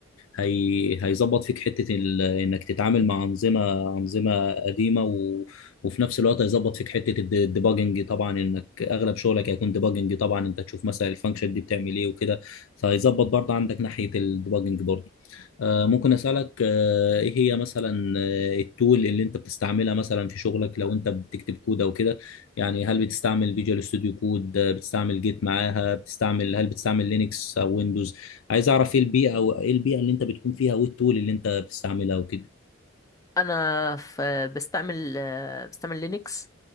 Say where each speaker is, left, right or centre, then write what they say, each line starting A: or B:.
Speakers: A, on the left (about 75°); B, on the left (about 15°).
A: هي هيظبط فيك حته ال... انك تتعامل مع انظمه انظمه قديمه و... وفي نفس الوقت هيظبط فيك حته الديباجنج طبعا انك اغلب شغلك هيكون ديباجنج طبعا انت تشوف مثلا الفانكشن دي بتعمل ايه وكده فهيظبط برضه عندك ناحيه الديباجنج برضه آه، ممكن اسالك آه، ايه هي مثلا آه، التول اللي انت بتستعملها مثلا في شغلك لو انت بتكتب كود او كده يعني هل بتستعمل فيجوال ستوديو كود بتستعمل جيت معاها بتستعمل هل بتستعمل لينكس او ويندوز عايز اعرف ايه البيئه او ايه البيئه اللي انت بتكون فيها وايه التول اللي انت بتستعملها وكده
B: انا ف- بستعمل آه، بستعمل لينكس